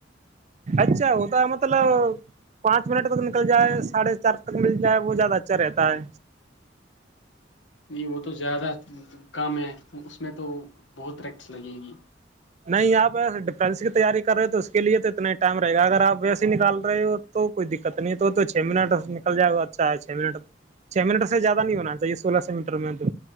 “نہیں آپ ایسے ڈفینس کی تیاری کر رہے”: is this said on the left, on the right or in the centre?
Right